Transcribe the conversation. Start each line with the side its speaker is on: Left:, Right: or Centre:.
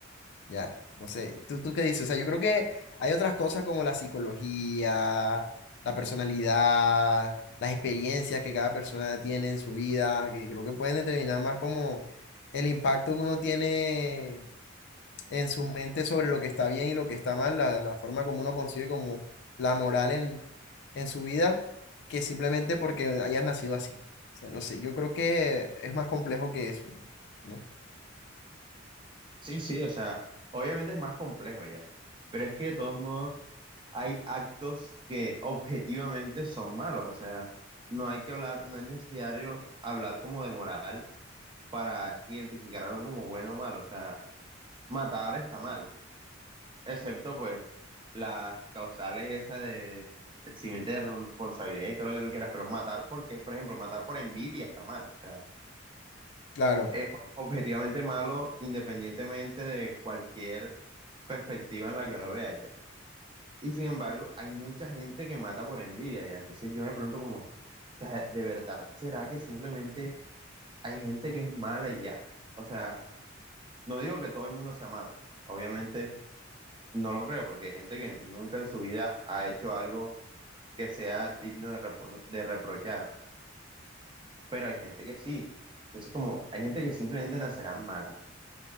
Left: Ya, no sé, ¿tú, tú qué dices? O sea, yo creo que hay otras cosas como la psicología, la personalidad, las experiencias que cada persona tiene en su vida, que creo que pueden determinar más como el impacto que uno tiene en su mente sobre lo que está bien y lo que está mal, la, la forma como uno concibe como la moral en, en su vida, que simplemente porque hayas nacido así. O sea, no sé, yo creo que es más complejo que eso, ¿no?
Right: Sí, sí, o sea, obviamente es más complejo ya, pero es que de todos modos hay actos que objetivamente son malos, o sea, no hay que hablar, no es necesario hablar como de moral para identificar algo como bueno o malo, o sea, matar está mal, excepto pues las causales esas de eximiente de responsabilidad y todo lo que tú quieras, pero matar porque, por ejemplo, matar por envidia está mal, o sea
Left: Claro,
Right: es objetivamente malo independientemente de cualquier perspectiva en la que lo veas ya. Y sin embargo, hay mucha gente que mata por envidia ya. Entonces yo me pregunto como, o sea, ¿de verdad será que simplemente hay gente que es mala y ya? O sea, no digo que todo el mundo sea malo. Obviamente no lo creo porque hay gente que nunca en su vida ha hecho algo que sea digno de, repro- de reprochar. Pero hay gente que sí. Entonces como, hay gente que simplemente nacerá mala